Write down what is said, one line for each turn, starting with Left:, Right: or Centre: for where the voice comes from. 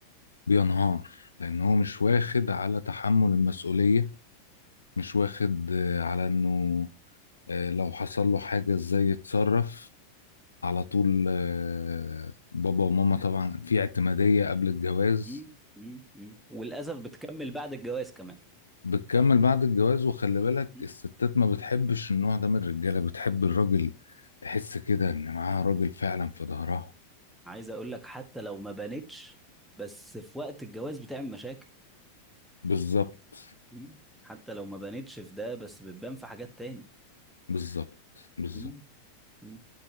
Left: بينهار لأن هو مش واخد على تحمل المسؤولية مش واخد آه، على انه آه، لو حصل له حاجة ازاي يتصرف على طول آه، بابا وماما طبعا في اعتمادية قبل الجواز
Centre: مم، مم، مم. وللأسف بتكمل بعد الجواز كمان
Left: بتكمل بعد الجواز وخلي بالك
Centre: مم.
Left: الستات ما بتحبش النوع ده من الرجاله بتحب الراجل تحس كده ان معاها راجل فعلا في ظهرها
Centre: عايز اقول لك حتى لو ما بانتش بس في وقت الجواز بتعمل مشاكل
Left: بالظبط
Centre: مم. حتى لو ما بانتش في ده بس بتبان في حاجات تاني
Left: بالظبط بالظبط
Centre: مم، مم.